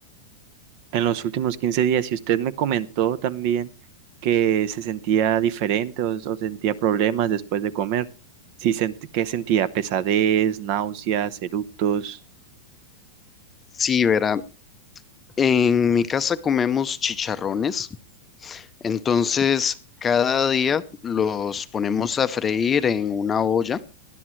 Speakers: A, on the right; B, on the left.
A: en los últimos quince días y usted me comentó también que se sentía diferente o, o sentía problemas después de comer. Sí, sent- ¿qué sentía? Pesadez, náuseas, eructos.
B: Sí, verá, en mi casa comemos chicharrones Entonces, cada día los ponemos a freír en una olla,